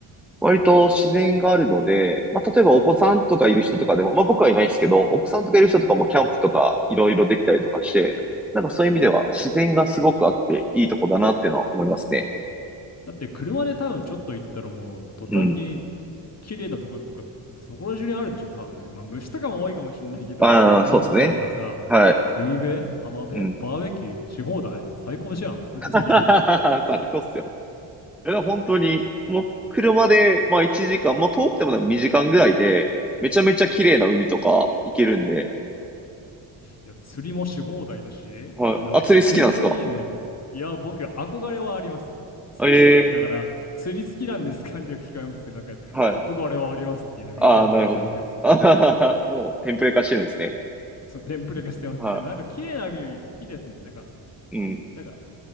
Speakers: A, in the centre; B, on the left.
A: 割と自然があるので、まあ、例えばお子さんとかいる人とかでも、まあ、僕はいないですけど、お子さんとかいる人とかもキャンプとかいろいろできたりとかして、なんかそういう意味では自然がすごくあっていいとこだなっていうのは思いますね。
B: だって車で多分ちょっと行ったらもう途端に
A: うん。
B: 綺麗なところとか、そこら中にあるでしょ、多分だけど。まあ、虫とかも多いかもしれないけど、
A: ああ、
B: 多分キャンプ地とかさ、
A: そうですね。はい。
B: 海辺、浜辺、
A: うん。
B: バーベキューし放題。最高じゃん、本当に。
A: <laughs> 最高っすよ。いや、本当に、もう車で、まあ1時間、まあ遠くてもでも2時間ぐらいで、めちゃめちゃ綺麗な海とか行けるんで、
B: いや、釣りもし放題だし、
A: はい。
B: あの本当いいね。
A: あ、釣り好きなんですか
B: いや、僕、憧れはあります。釣り。
A: ええ
B: だから、釣り好きなんですかってよく聞かれますけど、なんか、
A: はい。
B: 憧れはありますっていうのが、
A: ああ、
B: いつものこれセリフですけど、
A: なるほど。<laughs> あはははもうテンプレ化してるんですね。
B: そのテンプレ化してます。
A: は
B: でも、なんか、綺麗な海好きですね。なんか、
A: い。うん。
B: なんか、